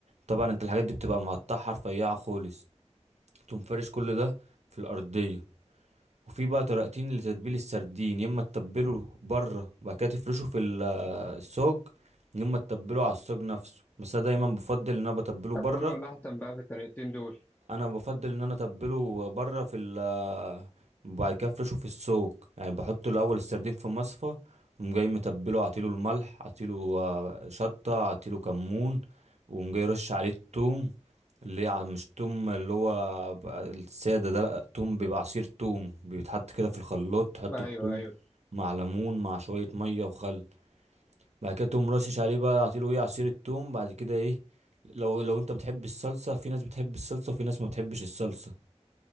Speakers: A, on the right (about 70°); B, on the left (about 15°).
A: طبعا انت الحاجات دي بتبقى مقطعها رفيعة خالص تقوم فارش كل ده في الأرضية وفي بقى طريقتين لتتبيل السردين يا اما تتبله بره وبعد كده تفرشه في ال- الصاج يا اما تتبله على الصاج نفسه بس انا دايما بفضل ان انا بتبله
B: طب
A: بره
B: انا ولا احسن بقى في الطريقتين دول
A: انا بفضل ان انا اتبله بره في ال بعد كده افرشه في السوق يعني بحط الاول السردين في مصفى وقوم جاي متبله عطيله الملح عطيله آه، شطه عطيله كمون وقوم جاي رش عليه التوم اللي هي ع- مش توم اللي هو بقى الساده ده لا توم بيبقى عصير توم بيتحط كده في الخلاط تحط
B: ايوه
A: التوم
B: ايوه
A: مع ليمون مع شويه ميه وخل بعد كده تقوم رشش عليه بقى عطيله ايه عصير التوم بعد كده ايه لو لو انت بتحب الصلصه في ناس بتحب الصلصه وفي ناس ما بتحبش الصلصه